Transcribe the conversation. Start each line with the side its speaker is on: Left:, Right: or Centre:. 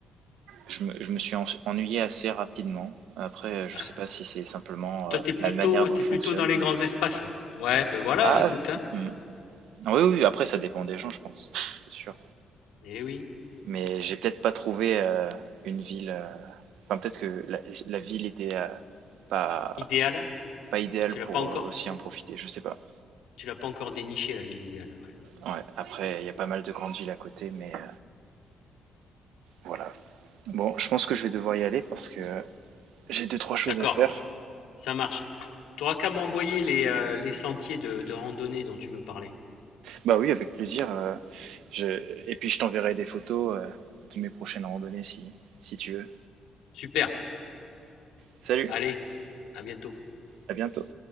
Right: Je me, je me suis en- ennuyé assez rapidement. Après, je
Left: Ah,
Right: sais pas si c'est simplement
Left: toi,
Right: euh,
Left: t'es plutôt,
Right: la manière dont
Left: t'es
Right: je
Left: plutôt
Right: fonctionne,
Left: dans les
Right: mais...
Left: grands espaces. Ouais, ben voilà,
Right: Ah,
Left: écoute, hein.
Right: hmm. oui, oui, après, ça dépend des gens, je pense, <laughs> c'est sûr.
Left: Eh oui,
Right: Mais j'ai peut-être pas trouvé euh, une ville... euh, Enfin, peut-être que la, la ville était euh, pas,
Left: idéal.
Right: pas idéale
Left: Tu l'as
Right: pour
Left: pas encore,
Right: euh, aussi en profiter, je sais pas.
Left: tu l'as pas encore déniché la ville idéale. Ouais.
Right: Ouais, après, il y a pas mal de grandes villes à côté, mais euh, voilà. Bon, je pense que je vais devoir y aller parce que j'ai deux, trois choses
Left: D'accord,
Right: à faire.
Left: ça marche. T'auras qu'à m'envoyer les, euh, les sentiers de, de randonnée dont tu me parlais.
Right: Bah oui, avec plaisir. euh, je... Et puis je t'enverrai des photos euh, de mes prochaines randonnées si, si tu veux.
Left: Super.
Right: Salut,
Left: Allez, à bientôt.
Right: à bientôt.